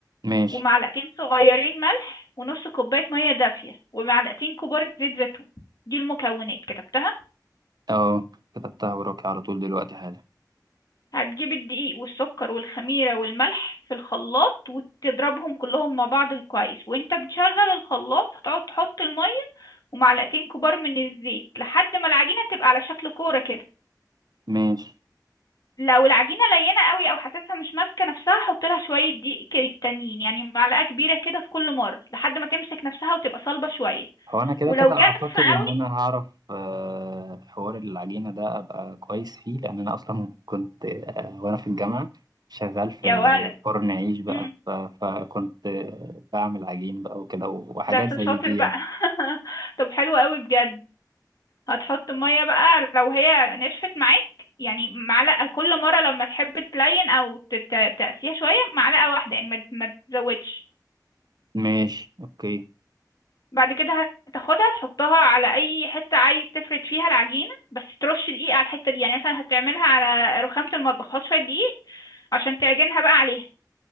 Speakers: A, on the right; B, on the left.
A: ماشي
B: ومعلقتين صغيرين ملح ونص كوباية مية دافية ومعلقتين كبار زيت زيتون دي المكونات كتبتها
A: اه كتبتها وراكي على طول دلوقتي حالا
B: هتجيب الدقيق والسكر والخميرة والملح في الخلاط وتضربهم كلهم مع بعض كويس وانت بتشغل الخلاط هتقعد تحط المية ومعلقتين كبار من الزيت لحد ما العجينة تبقى على شكل كورة كده
A: ماشي
B: لو العجينة لينة قوي او حاسسها مش ماسكة نفسها حط لها شوية دقيق ك- تانيين يعني معلقة كبيرة كده في كل مرة لحد ما تمسك نفسها وتبقى صلبة شوية
A: هو انا كده
B: ولو
A: كده اعتقد
B: جافة
A: ان
B: قوي
A: انا هعرف آه، حوار العجينه ده ابقى كويس فيه لان انا اصلا كنت آه، وانا في الجامعه شغال في
B: يا ولد
A: فرن عيش بقى
B: مم.
A: ف- فكنت آه، بعمل عجين بقى وكده وحاجات
B: ده انت
A: زي
B: شاطر
A: دي
B: بقى
A: يعني
B: <laughs> طب حلو قوي بجد هتحط مية بقى لو هي نشفت معاك يعني معلقة كل مرة لما تحب تلين او ت- ت- تقسيها شوية معلقة واحدة يعني ما ما تزودش
A: ماشي اوكي
B: بعد كده هتاخدها تحطها على اي حته عايز تفرد فيها العجينه بس ترش دقيق على الحته دي يعني مثلا هتعملها على رخامه المطبخ هات شويه دقيق عشان تعجنها بقى عليها